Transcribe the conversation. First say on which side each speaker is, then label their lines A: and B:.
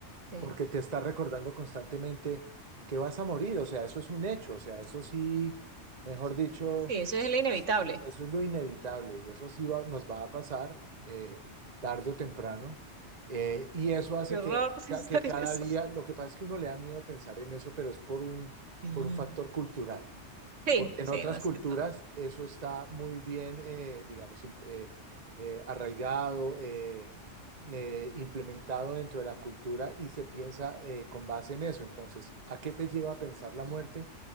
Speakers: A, on the right; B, on the right.
A: Sí.
B: porque te está recordando constantemente que vas a morir, o sea, eso es un hecho, o sea, eso sí, mejor dicho,
A: Sí, eso es lo inevitable.
B: eso es lo inevitable y eso sí va- nos va a pasar eh, tarde o temprano. eh, y eso hace
A: Qué horror
B: que,
A: <laughs>
B: ca-
A: pensar
B: que cada
A: en eso.
B: día, lo que pasa es que uno le da miedo pensar en eso, pero es por un,
A: Sí.
B: por un factor cultural.
A: Sí,
B: Porque
A: sí,
B: en otras
A: más
B: culturas
A: que todo.
B: eso está muy bien, eh, digamos, im- eh, eh, arraigado, eh, eh, implementado dentro de la cultura y se piensa eh, con base en eso. Entonces, ¿a qué te lleva a pensar la muerte?